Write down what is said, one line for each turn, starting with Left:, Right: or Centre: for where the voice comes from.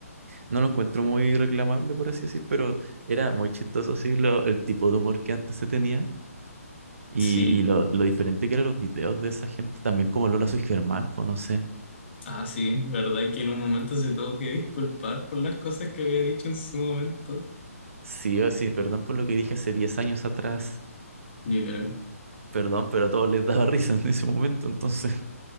Right: no lo encuentro muy reclamable, por así decir, pero era muy chistoso así lo, el tipo de humor que antes se tenía y,
Left: Sí,
Right: y lo, lo diferente que eran los videos de esa gente, también como Lola Soy Germán, pues no sé.
Left: ah, sí, verdad que en un momento se tuvo que disculpar por las cosas que había dicho en su momento.
Right: Sí, o sí, perdón por lo que dije hace 10 años atrás,
Left: Literal.
Right: perdón, pero a todos les daba <laughs> risa en ese momento, entonces.